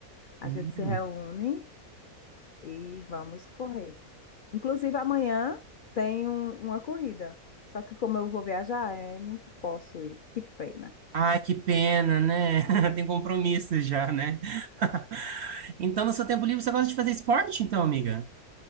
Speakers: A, on the left (about 65°); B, on the right (about 65°).
A: A
B: Hum.
A: gente se reúne e vamos correr. Inclusive, amanhã tem um- uma corrida. Só que como eu vou viajar, é, não posso ir. Que pena.
B: Ai, que pena, né? <laughs> Tem compromisso já, né? <laughs> Então, no seu tempo livre, você gosta de fazer esporte, então, amiga?